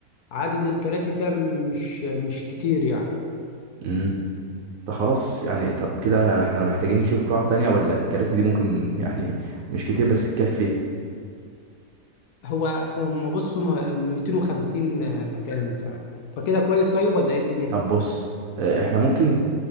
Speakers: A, on the left; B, on the right.
A: عدد الكراسي فيها مش مش كتير يعني
B: امم طب خلاص يعني طب كده احنا محتاجين نشوف قاعة تانية ولا الكراسي دي ممكن يعني مش كتير بس تكفي
A: هو هو ما بص هم 250 مكان ف فكده كويس طيب ولا ايه الدنيا؟
B: طب بص آه، احنا ممكن